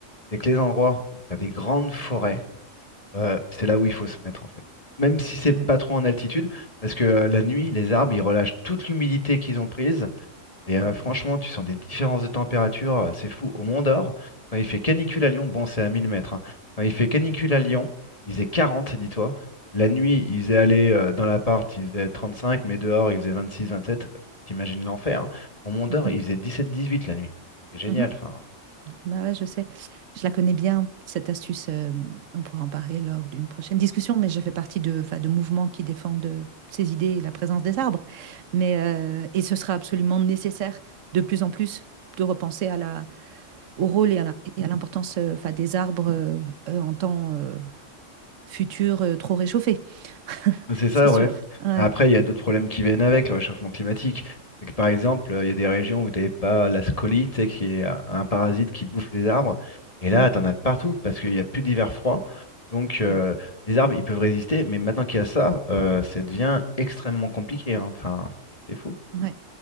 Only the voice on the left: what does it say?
c'est que les endroits où tu as des grandes forêts, euh, c'est là où il faut se mettre, en fait. Même si c'est
pas
trop en altitude, parce que euh, la nuit, les arbres, ils relâchent toute l'humidité qu'ils ont prise, Et euh, franchement, tu sens des différences de température, euh, c'est fou. Au Mont d'Or, quand il fait canicule à Lyon, bon, c'est à 1000 mètres, hein. Quand il fait canicule à Lyon, il faisait 40, dis-toi. La nuit, il faisait aller euh, dans l'appart, il faisait 35, mais dehors, il faisait 26, 27. T'imagines l'enfer. Au Mont d'Or,
il faisait 17, 18 la nuit. C'est génial,
enfin.
C'est ça,
ouais.
Mais Après, il y a d'autres problèmes qui viennent avec le réchauffement climatique. C'est que par exemple, euh, il y a des régions où t'avais pas la scolie, tu sais, qui est un un parasite qui bouffe les arbres. Et là,
t'en as de partout parce qu'il n'y a plus d'hiver froid. Donc, euh,
les arbres, ils peuvent résister. Mais maintenant qu'il y a ça, euh, ça devient extrêmement compliqué. hein. Enfin, c'est fou.